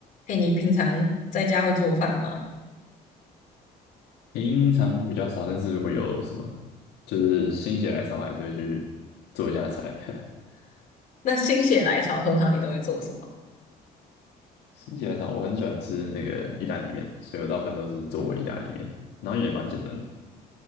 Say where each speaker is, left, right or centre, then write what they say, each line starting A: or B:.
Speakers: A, on the left (about 50°); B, on the left (about 80°).
A: 哎，你平常在家会做饭吗？
B: 平常比较少，但是如果有什么就是心血来潮，还是会去做一下菜。<laughs>
A: 那心血来潮，通常你都会做什么？
B: 心血来潮，我很喜欢吃那个意大利面，所以我大部分都是做意大利面，然后也蛮简单的。